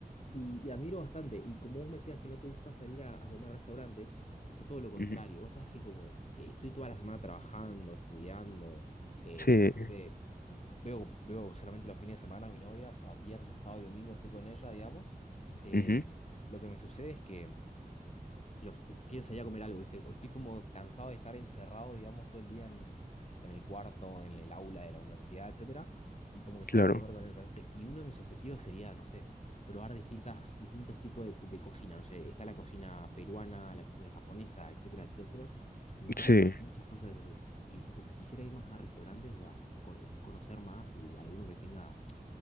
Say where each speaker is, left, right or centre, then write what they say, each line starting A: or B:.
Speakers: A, on the left; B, on the left.
A: Y, y admiro bastante. Y como vos me decías que no te gusta salir a, a comer a restaurantes, yo todo lo contrario.
B: ujú,
A: Vos sabés que como eh, estoy toda la semana trabajando, estudiando, eh,
B: sí,
A: no sé, veo, veo solamente los fines de semana a mi novia, o sea, viernes, sábado y domingo estoy con ella, digamos. Em,
B: ujú,
A: lo que me sucede es que lo- quiero salir a comer algo, ¿viste? Estoy como cansado de estar encerrado, digamos, todo el día en, en el cuarto, en el aula de la universidad, etcétera, y como que
B: claro,
A: salgo a comer con ellos, ¿viste? Y uno de mis objetivos sería, no sé, probar distintas, distintos tipos de, de cocina, no sé, está la cocina peruana, la cocina japonesa, etcétera, etcétera, y me gustaría
B: sí,
A: probar muchas cosas así. Y tipo, quisiera ir más a restaurantes, o sea, con- conocer más y alguno que tenga